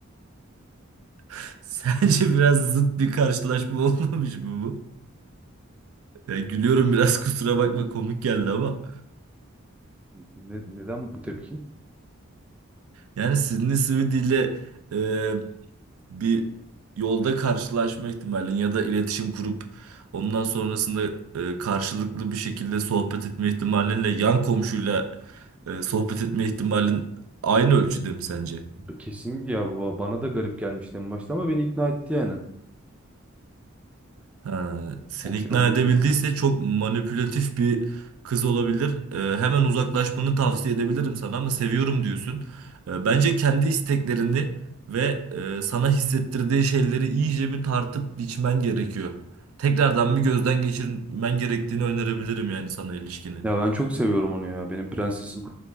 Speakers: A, on the right; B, in the centre.
A: <laughs> Sence biraz zıt bir karşılaşma <laughs> olmamış mı bu? Ya gülüyorum biraz <laughs> kusura bakma komik geldi ama.
B: Ne- neden bu tepki?
A: Yani Sydney Sweeney ile e, bir yolda karşılaşma ihtimalin ya da iletişim kurup ondan sonrasında e, karşılıklı bir şekilde sohbet etme ihtimalinle yan komşuyla e, sohbet etme ihtimalin aynı ölçüde mi sence?
B: Kesinlikle ya baba. Bana da garip gelmişti en başta ama beni ikna etti yani.
A: Ha, seni
B: Okey
A: ikna
B: oldu
A: edebildiyse
B: bu durum.
A: çok manipülatif bir kız olabilir. Ee, hemen uzaklaşmanı tavsiye edebilirim sana ama seviyorum diyorsun. Ee, bence kendi isteklerini ve e, sana hissettirdiği şeyleri iyice bir tartıp biçmen gerekiyor. Tekrardan bir gözden geçirmen gerektiğini önerebilirim yani sana ilişkini.
B: Ya ben çok seviyorum onu ya. Benim prensesim.